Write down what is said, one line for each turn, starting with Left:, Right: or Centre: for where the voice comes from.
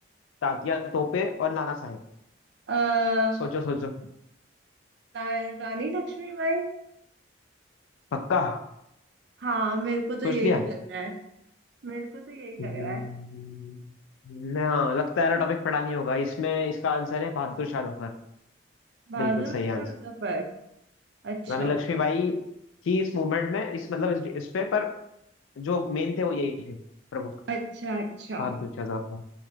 Left: तात्या तोपे और नाना साहेब
Right: अ,
Left: सोचो सोचो
Right: रा- रानी लक्ष्मीबाई
Left: पक्का
Right: हाँ मेरे को तो
Left: सोच
Right: यही
Left: लिया
Right: लग रहा है मेरे को तो यही लग
Left: हम्म,
Right: रहा है
Left: हाँ लगता है टॉपिक पढ़ा नहीं होगा इसमें इसका आंसर है बहादुर शाह जफर
Right: बहादुर
Left: बिल्कुल सही
Right: शाह
Left: आंसर
Right: जफर अच्छा
Left: रानी लक्ष्मीबाई थी इस मूवमेंट में इस मतलब इस, इस पे पर जो मेन थे वो यही थे प्रमुख
Right: अच्छा अच्छा
Left: बहादुर शाह जफर